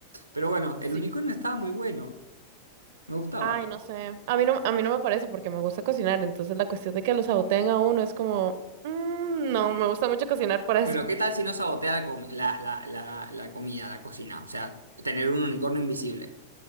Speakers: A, on the right (about 85°); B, on the right (about 50°).
A: Pero bueno,
B: Sí.
A: el unicornio estaba muy bueno, me gustaba.
B: Ay, no sé. A mí no, a mí no me parece porque me gusta cocinar. Entonces la cuestión de que lo saboteen a uno es como, "Mm, no, me gusta mucho cocinar para eso.
A: Bueno,
B: <laughs>
A: ¿qué tal si no sabotea la, comi- la, la, la la comida, la cocina? O sea, tener un unicornio invisible.